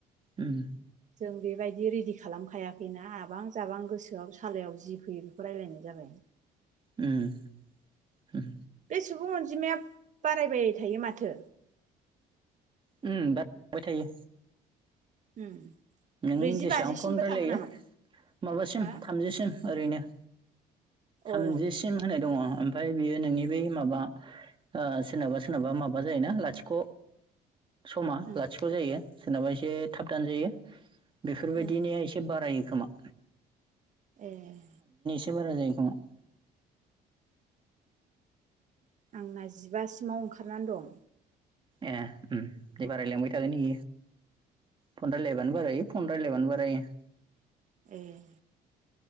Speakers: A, on the right; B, on the right.
A: उम
B: जों बेबायदि रेडि खालामखायाखैना आबां जाबां गोसोआव सालायाव जि फैयो बेखौ रायलायनाय जाबाय।
A: उम उम
B: बे सुबुं अनजिमाया बारायबाय थायो माथो?
A: उम बाराय <inaudible> बाय थायो।
B: उम।
A: नों
B: ब्रैजि
A: जेसेबां
B: बाजिसिमबो
A: फन रायलायो
B: थाङो नामा
A: माबासिम
B: हो
A: थामजिसिम ओरैनो। थामजिसिम
B: अ
A: होनाय दङ। ओमफ्राय बियो नोंनि बै माबा सोरनाबा सोरनाबा माबा जायोना लाथिख' समा
B: उम
A: लाथिख' जायो सोरनाबा एसे थाब दानजायो बेफोरबायदिनिया
B: उम
A: एसे बा रायोखोमा।
B: एह।
A: एसे बारा जायो खोमा।
B: आंना जिबासिमाव ओंखारनानै दं।
A: ए उम दे बारायलांबाय थागोन इयो फन रायलायबानो बारायो। फन रायलायबानो बारायो।
B: एह।